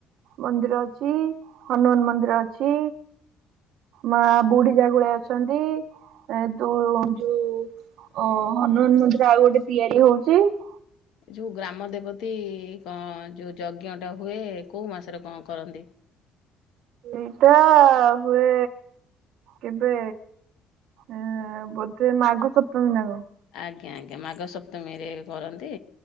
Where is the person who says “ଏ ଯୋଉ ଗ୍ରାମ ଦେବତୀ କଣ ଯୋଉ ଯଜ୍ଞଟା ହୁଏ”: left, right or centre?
Left